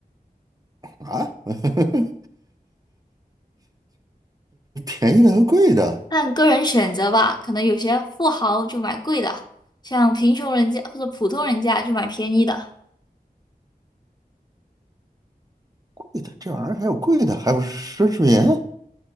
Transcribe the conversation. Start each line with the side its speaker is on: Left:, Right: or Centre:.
Right: 啊，<laughs> 便宜的和贵的，
Left: 看个人选择吧。可能有些富豪就买贵的，像贫穷人家或者普通人家就买便宜的。
Right: 贵的这玩意儿还有贵的，还有奢侈品。